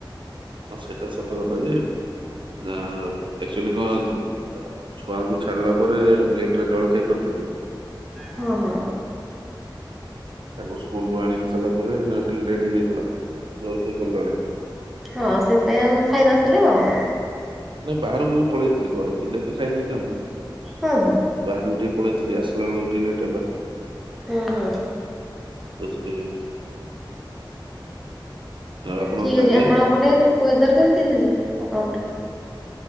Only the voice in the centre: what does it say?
ହଁ ହଁ।
ହଁ ସେଇଥିପାଇଁ ଆଉ ଖାଇନଥିଲେ ଆଉ।
ହଁ ହଁ।
ହୁଁ ହୁଁ।
ଠିକ
ଅଛି ଆପଣଙ୍କ ପଟେ ୱେଦର କେମିତି <unintelligible> ଆପଣଙ୍କ ପଟେ?